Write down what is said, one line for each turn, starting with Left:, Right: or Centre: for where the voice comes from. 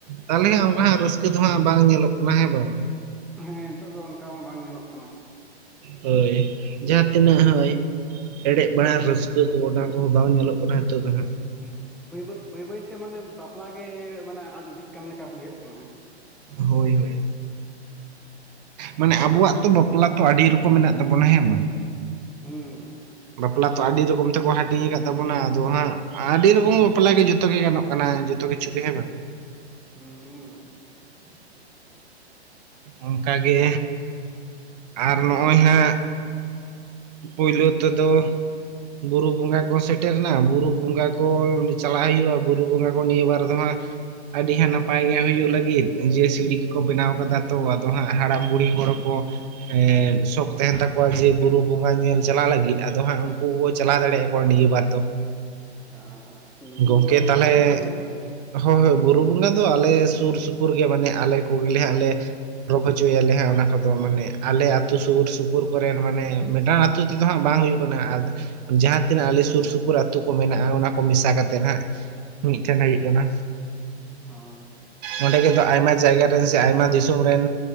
Right: ᱛᱟᱦᱞᱮ ᱦᱟᱸᱜ
Centre: ᱦᱩᱸ
Right: ᱚᱝᱠᱟ ᱦᱟᱸᱜ ᱨᱟᱹᱥᱠᱟᱹ ᱫᱚ ᱦᱟᱸᱜ ᱵᱟᱝ ᱧᱮᱞᱚᱜ ᱠᱟᱱᱟ ᱦᱮᱸ ᱵᱟᱝ
Centre: ᱦᱮᱸ ᱱᱤᱛᱚᱜ ᱫᱚ ᱚᱱᱠᱟ ᱢᱟ ᱵᱟᱝ ᱧᱮᱞᱚᱜ ᱠᱟᱱᱟ
Right: ᱦᱳᱭ ᱡᱟᱦᱟᱸ ᱛᱤᱱᱟᱹᱜ ᱦᱳᱭ ᱮᱲᱮᱡ ᱵᱟᱲᱟ ᱨᱟᱹᱥᱠᱟᱹ ᱠᱚ ᱚᱱᱟ ᱠᱚᱦᱚᱸ ᱵᱟᱝ ᱧᱮᱞᱚᱜ ᱠᱟᱱᱟ ᱱᱤᱛᱚᱜ ᱫᱚ ᱦᱟᱸᱜ
Centre: ᱦᱩᱸ ᱵᱟᱹᱭᱵᱟᱹ ᱵᱟᱹᱭ ᱵᱟᱹᱭ ᱛᱮ ᱢᱟᱱᱮ ᱵᱟᱯᱞᱟ ᱜᱮ ᱢᱟᱱᱮ ᱟᱫ ᱤᱫᱤᱜ ᱠᱟᱱ ᱞᱮᱠᱟ ᱵᱩᱡᱷᱟᱹᱜ ᱠᱟᱱᱟ
Right: ᱦᱳᱭ ᱦᱳᱭ ᱢᱟᱱᱮ ᱟᱵᱚᱣᱟᱜ ᱛᱚ ᱵᱟᱯᱞᱟ ᱛᱚ ᱟᱹᱰᱤ ᱨᱚᱠᱚᱢ ᱢᱮᱱᱟᱜ ᱛᱟᱵᱚᱱᱟ ᱦᱮᱸ ᱵᱟᱝ
Centre: ᱦᱩᱸ
Right: ᱵᱟᱯᱞᱟ ᱛᱚ ᱟᱹᱰᱤ ᱨᱚᱠᱚᱢ ᱛᱮᱠᱚ ᱦᱟᱹᱴᱤᱧ ᱠᱟᱫ ᱛᱟᱵᱚᱱᱟ ᱟᱫᱚ ᱦᱟᱸᱜ ᱟᱹᱰᱤ ᱨᱚᱠᱚᱢ ᱵᱟᱯᱞᱟᱜ ᱜᱮ ᱡᱚᱛᱚ ᱜᱮ ᱜᱟᱱᱚᱜ ᱠᱟᱱᱟ ᱡᱚᱛᱚ ᱠᱤᱪᱷᱩ ᱜᱮ ᱦᱮᱸ ᱵᱟᱝ
Centre: ᱦᱩᱸᱻᱻ
Right: ᱚᱱᱠᱟᱜᱮ ᱟᱨ ᱱᱚᱜᱼᱚᱭ ᱦᱟᱸᱜ ᱯᱩᱭᱞᱳ ᱛᱮᱫᱚ ᱵᱩᱨᱩ ᱵᱚᱸᱜᱟ ᱠᱚ ᱥᱮᱴ ᱥᱮᱴᱮᱨᱱᱟ ᱵᱩᱨᱩ ᱵᱚᱸᱜᱟ ᱠᱚ ᱪᱟᱞᱟᱜ ᱦᱩᱭᱩᱜᱼᱟ ᱵᱩᱨᱩ ᱵᱚᱸᱜᱟ ᱠᱚ ᱱᱤᱭᱟᱹ ᱵᱟᱨ ᱫᱚ ᱦᱟᱸᱜ ᱟᱹᱰᱤ ᱦᱟᱸᱜ ᱯᱟᱭ ᱜᱮ ᱦᱩᱭᱩᱜ ᱞᱟᱹᱜᱤᱫ ᱡᱮ ᱥᱤᱲᱤ ᱠᱚᱠᱚ ᱵᱮᱱᱟᱣ ᱠᱟᱫᱟ ᱛᱚ ᱟᱫᱚ ᱦᱟᱸᱜ ᱦᱟᱲᱟᱢ ᱵᱩᱲᱦᱤ
Centre: ᱦᱩᱸ
Right: ᱦᱚᱲ ᱠᱚ ᱮᱸᱻᱫ ᱥᱚᱠ ᱛᱟᱦᱮᱱ ᱛᱟᱠᱚᱣᱟ ᱡᱮ ᱵᱩᱨᱩ ᱵᱚ ᱜᱟ ᱧᱮᱞ ᱪᱟᱞᱟᱜ ᱞᱟᱹᱜᱤᱫ ᱟᱫᱚ ᱦᱟᱸᱜ ᱩᱱᱠᱩ ᱠᱚ ᱠᱚ ᱪᱟᱞᱟᱣ ᱫᱟᱲᱮᱜ ᱟᱠᱚ ᱱᱤᱭᱟᱹ ᱵᱟᱨ ᱫᱚ
Centre: ᱟ ᱻ ᱵᱩᱨᱩ
Right: ᱜᱚᱝᱠᱮ
Centre: ᱵᱚᱸᱜᱟ
Right: ᱛᱟᱦᱚᱞᱮ
Centre: ᱟᱯᱮ ᱥᱮᱱ ᱜᱮ ᱥᱮ ᱪᱮᱫ?
Right: ᱦᱳᱭ ᱦᱳᱭ ᱵᱩᱨᱩ ᱵᱚᱸᱜᱟ ᱫᱚ ᱟᱞᱮ ᱥᱩᱨ ᱥᱩᱯᱩᱨ ᱜᱮ ᱢᱟᱱᱮ ᱟᱞᱮ ᱠᱚᱜᱮᱞᱮ ᱦᱟᱸᱜ ᱞᱮ ᱨᱚᱵ ᱦᱚᱪᱚᱭᱟᱞᱮ ᱦᱟᱸᱜ ᱚᱱᱟ ᱠᱚᱫᱚ ᱢᱟᱱᱮ ᱟᱞᱮ ᱟᱹᱛᱩ ᱥᱩᱨ ᱥᱩᱯᱩᱨ ᱠᱚᱨᱮᱱ ᱢᱟᱱᱮ ᱢᱤᱜᱴᱟᱝ ᱟᱹᱛᱳ ᱛᱮᱫᱚ ᱦᱟᱸᱜ ᱵᱟᱝ ᱦᱩᱭᱩᱜ ᱠᱟᱱᱟ ᱟᱨ ᱡᱟᱦᱟᱸ ᱛᱤᱱᱟᱹᱜ ᱟᱞᱮ
Centre: ᱦᱩᱸ
Right: ᱥᱩᱨ ᱥᱩᱯᱩᱨ ᱟᱛ ᱛᱩ ᱠᱚ ᱢᱮᱱᱟᱜᱼᱟ ᱚᱱᱟ ᱠᱚ ᱢᱮᱥᱟ ᱠᱟᱛᱮᱜ ᱦᱟᱸᱜ ᱢᱤᱜᱴᱷᱮᱱ ᱦᱩᱭᱩᱜ ᱠᱟᱱᱟ
Centre: ᱦᱳᱭ᱾
Right: ᱚᱸᱰᱮ ᱜᱮ ᱫᱚ ᱟᱭᱢᱟ ᱡᱟᱭᱜᱟ ᱨᱮᱱ ᱥᱮ ᱟᱭᱢᱟ ᱫᱤᱥᱚᱢ ᱨᱮᱱ